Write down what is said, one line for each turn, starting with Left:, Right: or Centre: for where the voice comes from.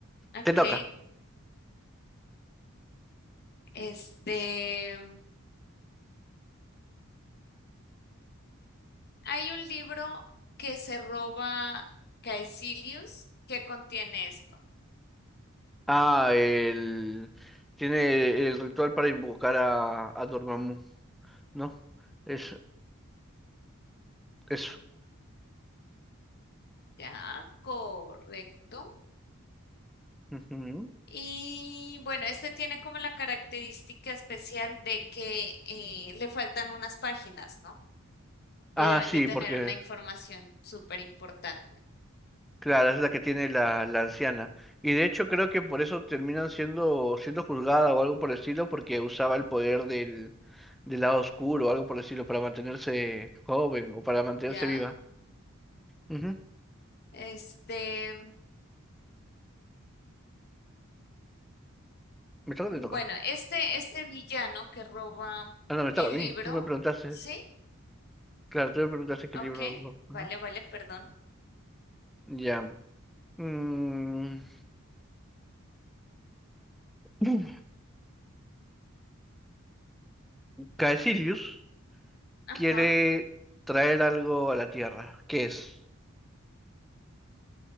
Left: ok.
Centre: Te toca.
Left: Este, hay un libro que se roba Caecilius que contiene esto.
Centre: Ah, el... Tiene el ritual para invocar a, a Dormammu, ¿no? Es eso.
Left: Ya, correcto.
Centre: Ujú.
Left: Y bueno, este tiene como la característica especial de que eh, le faltan unas páginas, ¿no? Que
Centre: Ah,
Left: deben
Centre: sí,
Left: de tener
Centre: porque,
Left: una información súper importante.
Centre: claro, es la que tiene la, la anciana. Y de hecho creo que por eso terminan siendo, siendo juzgada o algo por el estilo, porque usaba el poder del, del lado oscuro o algo por el estilo para mantenerse joven o para mantenerse
Left: Ya,
Centre: viva. Ujú.
Left: este,
Centre: Me toca,
Left: bueno,
Centre: o te toca.
Left: este, este villano que roba
Centre: Ah, no, me
Left: el
Centre: toca a mí.
Left: libro,
Centre: Tú me preguntaste.
Left: ¿sí?
Centre: Claro, tú me preguntaste qué
Left: Ok,
Centre: libro. es lo-
Left: vale,
Centre: Ajá.
Left: vale, perdón.
Centre: Ya. Mm. <laughs> Caecilius
Left: Ajá.
Centre: quiere traer algo a la Tierra. ¿Qué es?